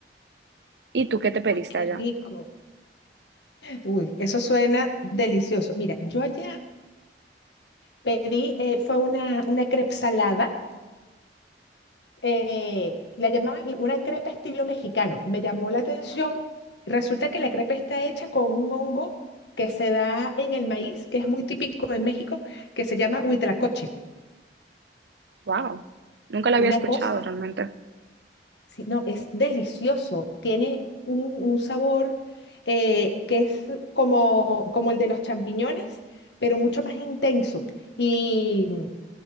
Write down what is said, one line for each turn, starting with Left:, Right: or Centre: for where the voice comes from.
Right: ¿Y tú qué te pediste
Left: Uy, qué
Right: allá?
Left: rico. Uy, eso suena delicioso. Mira, yo allá pedí, eh, fue una, una crepe salada eh, la llamaban una crepa estilo mexicano. Me llamó la atención. Resulta que la crepa está hecha con un hongo que se da en el maíz, que es muy típico de México, que se llama huitlacoche.
Right: Wow, nunca lo había
Left: Una
Right: escuchado
Left: cosa,
Right: realmente,
Left: sí, no, es delicioso. Tiene un, un sabor eh, que es como, como el de los champiñones, pero mucho más intenso. y